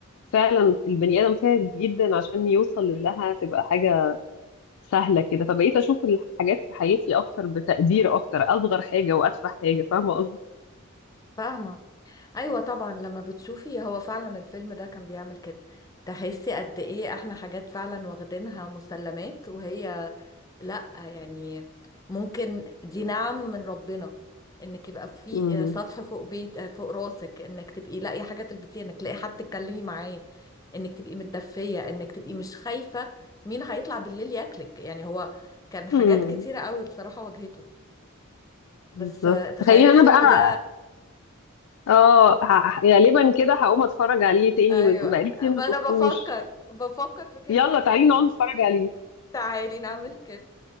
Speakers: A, on the left; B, on the left.
A: فعلا البني ادم تعب جدا عشان يوصل لها تبقى حاجه سهله كده فبقيت اشوف الحاجات في حياتي اكتر بتقدير اكتر اصغر حاجه واتفه حاجه فاهمه قصدي
B: فاهمة ايوه طبعا لما بتشوفي هو فعلا الفيلم ده كان بيعمل كده تحسي قد ايه احنا حاجات فعلا واخدينها مسلمات وهي لا يعني ممكن دي نعم من ربنا انك يبقى في
A: امم
B: آه، سطح فوق بيت آه، فوق راسك انك تبقي لاقي حاجه تلبسيها انك تلاقي حد تتكلمي معاه انك تبقي متدفيه انك تبقي مش خايفه مين هيطلع بالليل ياكلك يعني هو كان حاجات
A: امم
B: كتيره قوي بصراحه واجهته بس
A: بالظبط
B: آه، تخيلي
A: تخيل
B: الفيلم
A: انا بقى
B: ده
A: اه ه- غالبا كده هقوم اتفرج عليه تاني
B: ايوه
A: من بقالي كتير
B: ما
A: ما شفتوش
B: انا بفكر بفكر في كده
A: يلا
B: انا كمان
A: تعالي نقعد نتفرج عليه
B: تعالي نعمل كده